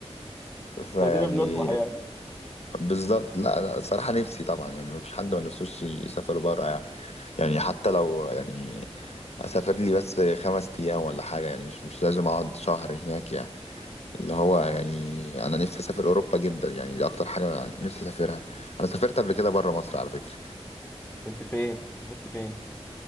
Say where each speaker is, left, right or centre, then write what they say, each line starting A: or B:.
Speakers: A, on the left; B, in the centre.
A: <laughs> فيعني
B: لا دينا بنطمح يعني
A: بالظبط لا لا صراحة نفسي طبعا يعني مفيش حد ما نفسوش يسافر بره يعني يعني حتى لو يعني اسافر لي بس خمس ايام ولا حاجه يعني مش مش لازم اقعد شهر هناك يعني اللي هو يعني انا نفسي اسافر اوروبا جدا يعني دي اكتر حاجه نفسي اسافرها انا سافرت قبل كده بره مصر على فكره
B: كنت فين سافرت فين